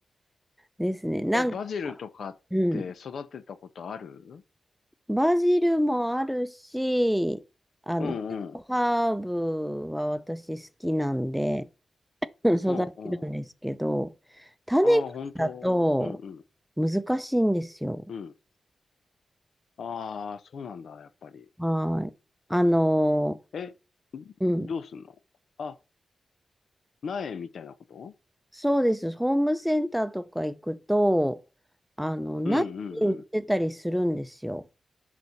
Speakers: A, in the centre; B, on the left.
A: ですね。なんか、
B: え、バジルとかって育てたことある
A: うん。バジルもあるし、あの、
B: うんうん。
A: ハーブは私好きなんで、うん育てるんですけど、
B: うんうん。
A: 種からだと難しいんですよ。
B: ああ、本当。うんうん。うん。ああ、そうなんだ、やっぱり。
A: はい。あの、
B: え、
A: うん。
B: どうすんのあ、苗みたいなこと
A: そうです。ホームセンターとか行くと、あの、苗売ってたりするんですよ。
B: うんうんうん。